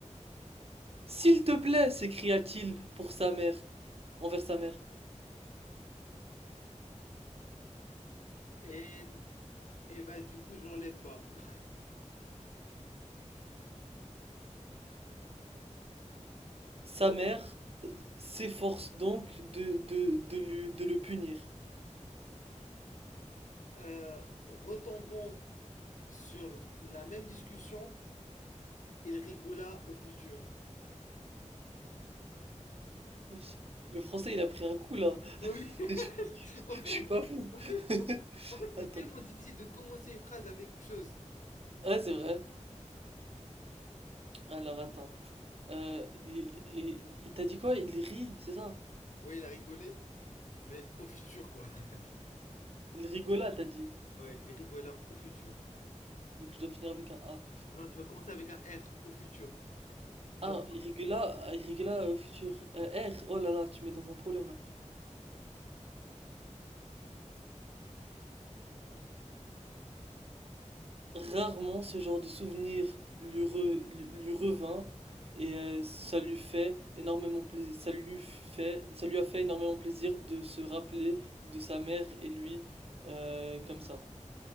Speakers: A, on the right (about 50°); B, on the left (about 80°).
A: S'il te plaît, s'écria-t-il pour sa mère, envers sa mère.
B: Et, et bah, du coup, je l'enlève pas. <laughs>
A: Sa mère euh, s'efforce donc de, de, de, lui- de le punir.
B: Euh, retombons sur la même discussion. Il rigola au futur.
A: Yes. Le français, il a pris un coup là.
B: Oui,
A: <laughs>
B: <laughs>
A: Je,
B: en fait,
A: je suis pas fou.
B: en fait,
A: <laughs>
B: c'est- en fait, c'est
A: Attends.
B: tellement difficile de commencer une phrase avec quelque chose.
A: Ouais, c'est vrai. Alors attends. Euh, il il- il t'a dit quoi? Il rit, c'est ça?
B: Oui, il a rigolé, mais au futur, quoi. <laughs>
A: Il rigola, t'as dit.
B: Ouais, il rigola au futur.
A: Donc je dois finir avec un A.
B: Non, tu vas commencer avec un R, au futur. Genre,
A: Ah, il rigola, il rigola au futur. Euh, R, oh là là, tu me mets dans un problème là. Rarement ce genre de souvenir lui, re- lui revint et euh, ça lui fait énormément plaisir, ça lui fait, ça lui a fait énormément plaisir de se rappeler de sa mère et lui euh, comme ça.